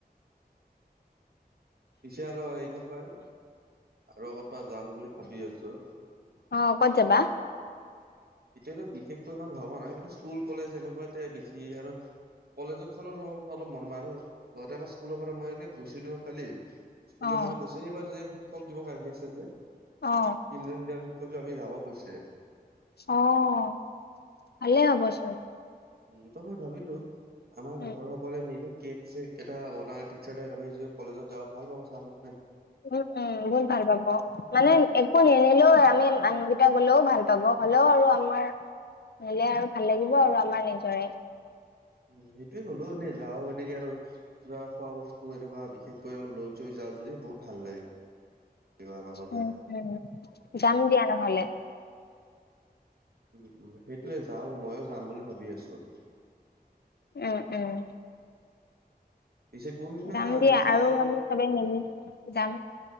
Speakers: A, on the right; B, on the left.
A: পিছে আৰু এনেকুৱাই আৰু কত বা যাম বুলি ভাবি আছো
B: অ' কত যাবা?
A: এতিয়াতো বিশেষকৈ ইামান ভবা নাই কিন্তু স্কুল কলেজ এনেকুৱাতে বেছি আৰু কলেজৰখনৰ কথা অলপ মন মাৰো, লগতে আমাৰ স্কুলৰ পৰা মই এনে গৈছিলো কালি স্কুলে
B: অ'
A: মানে কৈছে, এইবাৰ যে শিক্ষক দিৱস আহি আছে যে,
B: অ'
A: চিলড্ৰেন দে আমি যাব কৈছে
B: অ' ভালে হব চোন
A: উম' ত' মই ভাবিলোঁ, আমাৰ
B: উম।
A: লকৰ সকলোৱে মিলি কেক-চেক এটা বনাই টিচাৰৰ আমি যদি কলেজত যাওঁ ভাল পাব ছাৰো
B: উম, উম বহুত ভাল পাব, মানে একো নিনিলেও আমি মানুহকেইটা গ'লেও ভাল পাব, হ'লেও আৰু আমাৰ নিলে আৰু ভাল লাগিব আৰু আমাৰ নিজৰে।
A: উম, সেইটোয়ে ক'লো এনে যাওঁ এনেকে আৰু, কিবা খোৱা বস্তু এনেকুৱা বিশেষকৈ অলপ লৈ চৈ যাওঁ যদি। বহুত ভাল লাগে। কিবা আমাকো যায়।
B: উম', উম' যাম দিয়া নহ'লে।
A: উম', উম' সেইটোৱে যাওঁ, মইয়ো যাম বুলি ভাবি আছোঁ।
B: উম', উম'
A: পিছে কোনদিনা
B: যাম দিয়া
A: বাছে
B: আৰু আমি চবেই
A: উম,
B: মিলি, যাম।